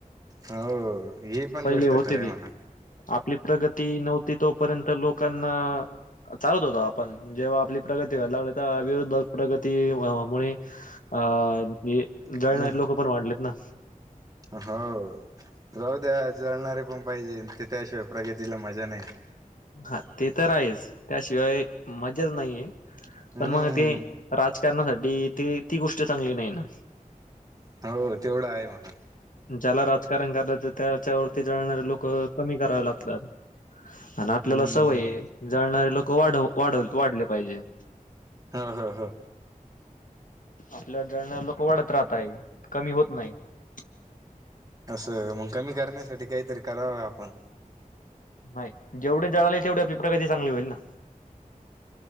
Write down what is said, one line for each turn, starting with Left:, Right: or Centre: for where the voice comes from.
Right: हो ही पण
Left: पहिले
Right: गोष्ट
Left: होते
Right: खरी आहे
Left: ते
Right: म्हणा.
Left: आपली प्रगती नव्हती तोपर्यंत लोकांना चालत होतो आपण जेव्हा आपली प्रगती व्हायला लागली तेव्हा विरुद्ध प्रगती व्हावामुळे अ अ आणि
Right: म्हणा
Left: जळणारे लोकं पण वाढलेत ना.
Right: हो जाऊ द्या. जळणारे पण पाहिजेत ते त्याशिवाय प्रगतीला मजा नाही.
Left: हा ते तर आहेच त्याशिवाय मज्जाच नाहीये.
Right: हम्म
Left: पण मग ते राजकारणासाठी ते ती गोष्ट चांगली नाही ना.
Right: हो तेवढं आहे म्हणा.
Left: ज्याला राजकारण करायचं त्याच्या वरती जाळणारे लोक कमी करावे लागतात. आणि आपल्याला
Right: हम्म
Left: सवयी जाळणारे लोक वाढ वाढव वाढले पाहिजेत.
Right: हा हा हां
Left: आपल्यावर जळणार लोक वाढत राहत आहेत कमी होत नाहीत.
Right: असं मग कमी करण्यासाठी काहीतरी कराव आपण!
Left: नाही जेवढे जाळाले तेवढी आपली प्रगती चांगली होईल ना.